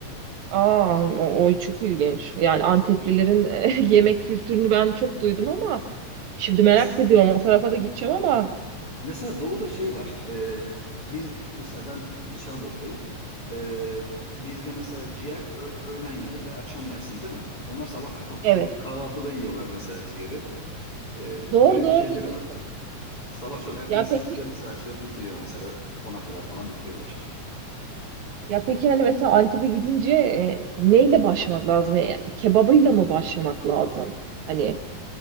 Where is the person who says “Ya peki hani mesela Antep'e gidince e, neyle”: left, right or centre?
Right